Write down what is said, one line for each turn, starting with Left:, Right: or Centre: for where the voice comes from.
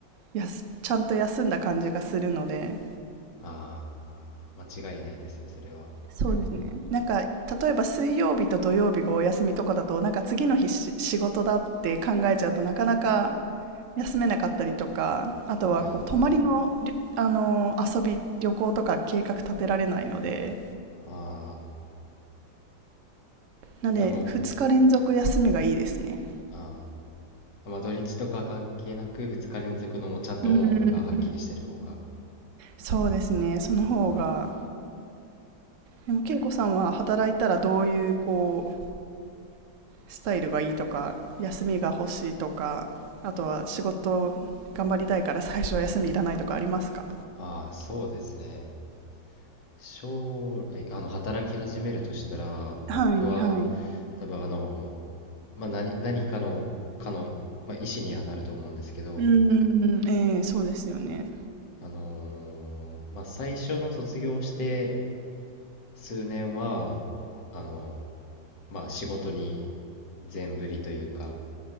Right: やすちゃんと休んだ感じがするので
Left: ー、あー、間違いないですね、それは。
Right: そうですねなんか例えば水曜日と土曜日がお休みとかだとなんか次の日し仕事だって考えちゃうとなかなか休めなかったりとかあとはこう泊まりのりあの遊び旅行とか計画立てられないので
Left: はいはい。ああ
Right: なので2日連続休みがいいですね。
Left: じゃあもう、ああまあ土日とか関係なく2日連続のもうちゃんとオンオフがはっきりしてる方が。
Right: うんそうですねその方が
Left: ああ
Right: でも健子さんは働いたらどういうこうスタイルがいいとか休みが欲しいとかあとは仕事頑張りたいから <laughs> 最初は休みいらないとかありますか
Left: ああそうですね。将来、あの、働き始めるとしたら、まあ僕は
Right: はいはい。
Left: 多分あの、まあ、何、何かの、かの、まあ、意思にはなると思うんですけど、
Right: うーん、えーそうですよね。
Left: あのーまあ、最初の卒業して数年は、あの、まあ、仕事に全振りというか、